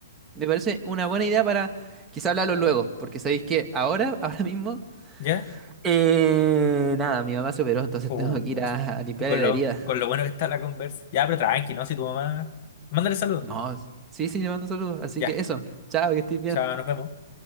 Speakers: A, on the right; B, on the left.
A: Me parece una buena idea para quizá hablarlo luego, porque sabéis que ahora, <laughs> ahora mismo,
B: ¿Ya?
A: Eh, nada, mi mamá se operó, entonces
B: Puchi.
A: tengo que ir a, a limpiarle
B: Y con
A: la
B: lo,
A: herida.
B: con lo bueno que está la conversa. Ya, pero tranqui, ¿no? Si tu mamá. Mándale saludos.
A: No, sí, sí, le mando saludos. Así
B: Ya.
A: que eso, chao, que estés bien.
B: Chao, nos vemos.